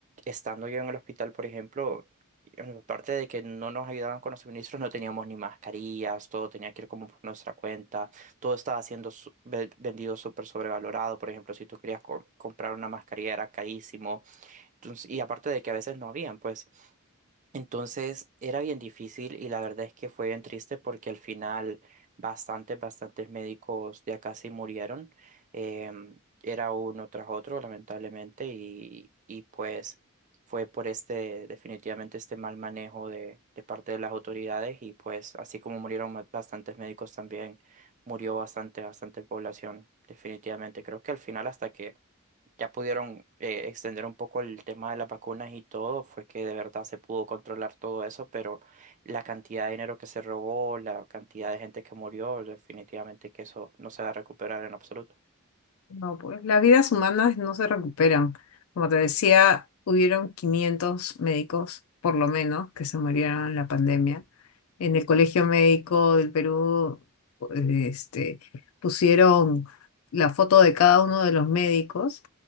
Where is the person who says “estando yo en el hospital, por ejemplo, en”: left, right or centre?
Right